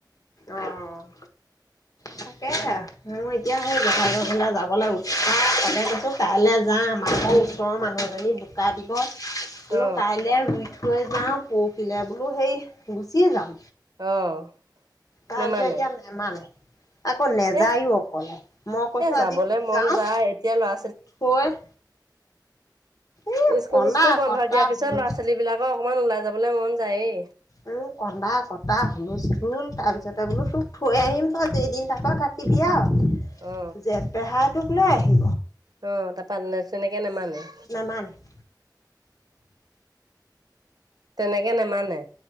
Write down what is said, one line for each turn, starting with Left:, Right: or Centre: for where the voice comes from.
Left: অ'! তাকেহে, মই এতিয়া <unintelligible> অ'! <unintelligible> কৈছোঁ, কাইলৈ যাম। আকৌ, ঘৰ ওচৰৰ মানুহ এজনী বোকা দিব। বোলোঁ,
Right: অ
Left: কাইলে ৰোই থৈ যাওঁ, পৰহিলে বোলোঁ সেই গুচি যাওঁ।
Right: অ'!
Left: তাৰপিছত,
Right: নেমানে
Left: এতিয়া নেমানে। আকৌ, নেযায়ো
Right: এহ
Left: অকলে। মই কৈছোঁ
Right: এ যাবলে
Left: আজিতো
Right: মন
Left: যাওঁ।
Right: যায় এতিয়া ল'ৰা
Left: থৈ <unintelligible> এই
Right: স্কুল-চিস্কুল
Left: কন্দা
Right: বন্ধ
Left: কটা
Right: দিয়াৰ পিছত,
Left: হুলস্থুল
Right: ল'ৰা-ছোৱালী বিলাকৰ অকমান ওলাই যাবলৈ মন যায়েই।
Left: উম, কন্দা-কটা হুলস্থুল! তাৰ পিছতে, বোলোঁ তোক থৈ আহিম, তই যেইদিন থাক, থাক। এতিয়া আৰু
Right: অ
Left: যে, পেহাইটোক লৈ আহি
Right: অ'! তাৰাপা, <unintelligible> তেনেকে নামানে।
Left: নামানে। <unintelligible>
Right: তেনেকে নেমানে।